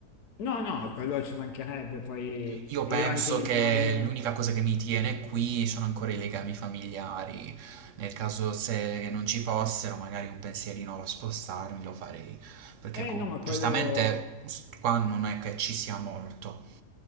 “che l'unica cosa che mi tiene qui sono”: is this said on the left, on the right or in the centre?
Right